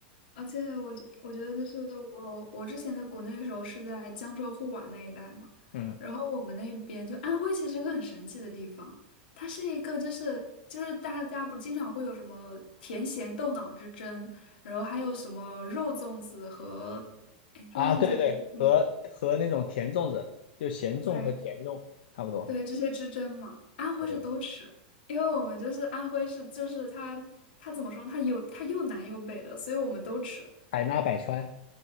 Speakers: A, on the left; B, on the left.
A: 而且我觉我觉得就是我我之前在国内的时候是在江浙沪皖那一带嘛，
B: 嗯。
A: 然后我们那边就安徽其实是个很神奇的地方，它是一个就是就是大家不经常会有什么甜咸豆脑之争，然后还有什么肉粽子和哎肉粽子和，
B: 啊，对对，
A: 嗯
B: 和和那种甜粽子，就咸粽和甜粽差不多。
A: 对对这些之争嘛，安徽是都吃。
B: 对对对，
A: 因为我们就是安徽是，就是它，它怎么说呢它有它又南又北的，所以我们都吃。
B: 海纳百川